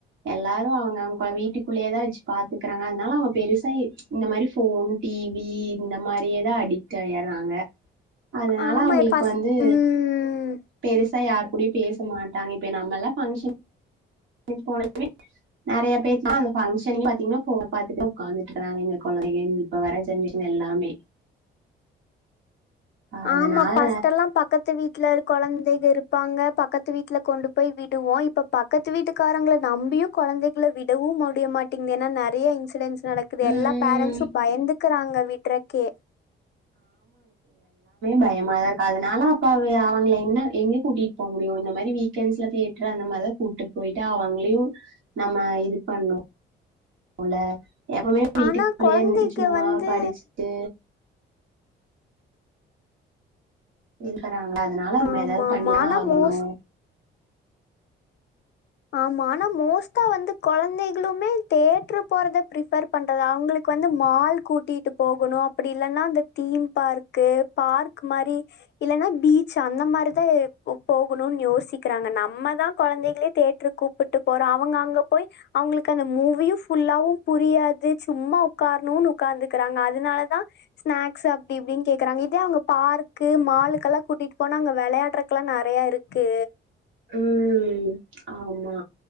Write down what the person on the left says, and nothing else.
ஆமா
ஃபஸ்ட்
ம்.
ஆமா ஃபர்ஸ்ட் எல்லாம் பக்கத்து வீட்டு வீட்ல குழந்தைகள் இருப்பாங்க பக்கத்து வீட்டுல கொண்டு போய் விடுவோம் இப்ப பக்கத்து வீட்டுக்காரங்களை நம்பியும் குழந்தைகல விடவும் முடிய மாட்டேங்கிது ஏன்னா நிறைய இன்சிடென்ட்ஸ் நடக்குது
எல்லா பேரண்ஸ்ஸும் பயந்துட்டு இருக்குறாங்க வீட்றக்கே
ஆனா கொழந்தைக்கு
வந்து
ஆமா
ஆமா ஆனா
மோஸ் ஆமா ஆனா மோஸ்டா வந்து குழந்தைகளுமே தேட்ரு போறத பிபர் பண்றது அவங்களுக்கு வந்து மால் கூட்டிட்டு போகணு அப்டி இல்லைன்னா அந்த தீம் பார்க்கு பார்க் மாரி இல்லன்னா பீச் அந்த மாரிதா போகணும்னு யோசிக்கிறாங்க நம்மதா குழந்தைகளே தேட் கூப்பிட்டு போறோம் அவங்க அங்க போய் அவங்களுக்கு அந்த மூவியும் ஃபுல்லாவும் புரியாது சும்மா உட்காரணும்ன்னு உட்கார்ந்துக்கறாங்க அதனாலதா ஸ்நாக்ஸ் அப்டி இப்டின்னு கேக்குறாங்க இதே அவங்க பார்க்கு மாலுக்கெல்லா கூட்டிட்டு போனா அங்க விளையாடுறக்கு எல்லா நிறைய இருக்கு